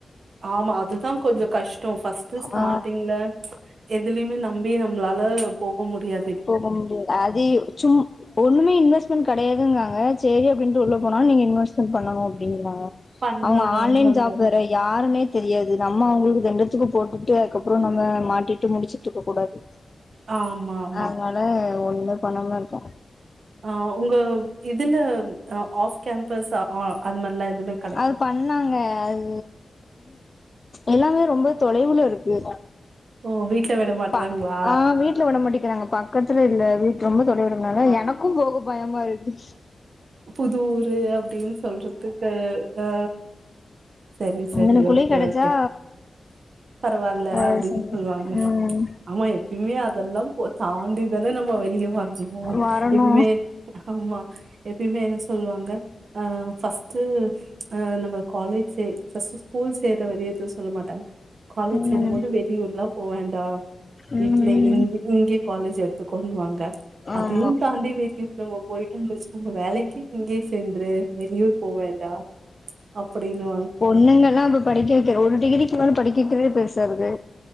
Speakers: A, on the right (about 75°); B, on the left (about 40°).
A: ஆமா அதுதான் கொஞ்ச கஷ்டோ ஃபர்ஸ்ட்ட் ஸ்டார்ட்டிங்ல
B: ஆ
A: எதுலயுமே நம்பி நம்மளால போக முடியா
B: போக முடிய அது சும் ஒண்ணுமே இன்வெஸ்ட்மெண்ட் கிடையாதுங்காக செரி அப்படின்னுட்டு உள்ள போனா நீங்க இன்வெஸ்ட்மெண்ட் பண்ணணும் அப்படிங்கிறாங்க
A: பண்ணணுன்
B: அவங்க ஆன்லைன்
A: சொல்றாங்க
B: ஜாப் வேற யாருன்னே தெரியாது நம்ம அவங்களுக்கு திண்டத்துக்கு போட்டுட்டு அதுக்கப்றம் நம்ம மாட்டிட்டு முழிச்சுட்டு இருக்க கூடாது
A: ஆமா ஆமா
B: அதனால ஒண்ணுமே பண்ணாம இருக்க
A: ஆ உங்க இதுல ஆஃப் கேம்பஸ் ஆ அது மாரிலா எதுவுமே
B: அது பண்ணாங்க அது எல்லாமே ரொம்ப தொலைவுல இருக்கு
A: ஓ வீட்ல விட மாட்றாங்ளா
B: ப ஆ வீட்ல விடமாடிக்கிறாங்க பா பக்கத்துல இல்ல வீட்டு ரொம்ப தொலைவிலருக்கனால எனக்கும் போக பயமாருக்கு
A: புது ஊரு அப்டின்னு சொல்றதுக்கு அ செரி செரி
B: இதனக்குள்ளயே
A: ஓகே
B: கெடச்சா
A: ஓகே பரவாயில்ல
B: ஆ
A: அப்டின்னு
B: சரி
A: சொல்லுவாங்க
B: ம்
A: ஆமா எப்பயுமே அதெல்லா போ தாண்டிதானே நம்ம வெளிய வரணும்
B: வரணு
A: எப்பவுமே ஆமா எப்பயுமே என்ன சொல்லுவாங்க அஹ் ஃபர்ஸ்ட்டு ஆ நம்ம காலேஜ் சே ஃப்ர்ஸ்ட் ஸ்கூல் சேர வர எதுவும் சொல்ல மாட்டாங்க காலேஜ்
B: ம்
A: சேரும்போது வெளியூர்லா போ வேண்டா
B: ம்
A: வீட்ல இங்க இங்கயே காலேஜ் எடுத்துக்கோண்னுவாங்க அதையும்
B: ஆமா
A: தாண்டி <unintelligible> போயிட்டோனு வச்சிக்கோங்க வேலைக்கு இங்கே சேந்துரு வெளியூர் போ வேண்டா அப்டினு
B: பொண்ணுங்க ல்லா இப்ப படிக்க வைக்கிற ஒரு டிகிரிக்கு மேல படிக்க வைக்கிறதே பெருசாருக்கு